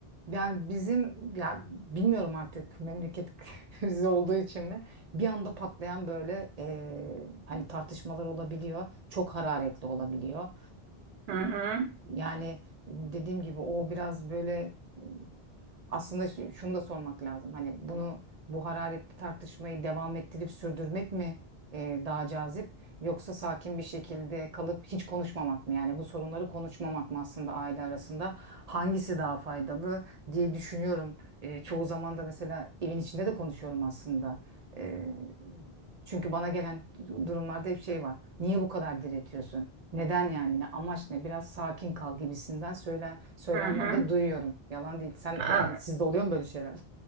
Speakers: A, on the right (about 50°); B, on the right (about 80°).
A: Yani bizim ya bilmiyorum artık memleket <laughs> krizi olduğu için mi bir anda patlayan böyle e, hani tartışmalar olabiliyor çok hararetli olabiliyor.
B: Hı hı,
A: Yani dediğim gibi o biraz böyle e, aslında şu- şunu da sormak lazım. Hani bunu bu hararetli tartışmayı devam ettirip sürdürmek mi e, daha cazip yoksa sakin bir şekilde kalıp hiç konuşmamak mı? Yani bu sorunları konuşmamak mı aslında aile arasında? Hangisi daha faydalı diye düşünüyorum. E, çoğu zaman da mesela evin içinde de konuşuyorum aslında. E, çünkü bana gelen durumlarda hep şey var. Niye bu kadar diretiyorsun? Neden yani? Ne amaç ne? Biraz sakin kal gibisinden söylen söylemlerde
B: hı hı.
A: duyuyorum. Yalan değil. Sen
B: Aa,
A: yani sizde oluyor mu böyle şeyler?